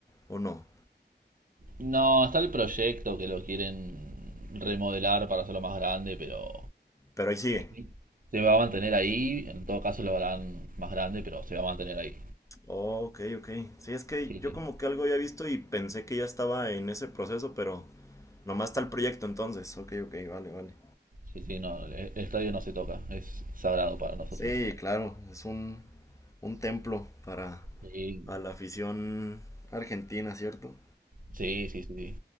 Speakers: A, on the left; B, on the right.
A: ¿o no?
B: No, está el proyecto que lo quieren remodelar para hacerlo más grande, pero
A: Pero ahí sigue.
B: sí, se va a mantener ahí. En todo caso lo harán más grande, pero se va a mantener ahí.
A: Oh, ok, ok. Sí, es que
B: Sí,
A: yo
B: sí.
A: como que algo había visto y pensé que ya estaba en ese proceso, pero nomás está el proyecto entonces. Ok, ok, vale, vale.
B: Sí, sí, no, el el estadio no se toca, es sagrado para nosotros.
A: Sí, claro, es un, un templo para
B: Sí,
A: a la afición argentina, ¿cierto?
B: sí, sí, sí. sí.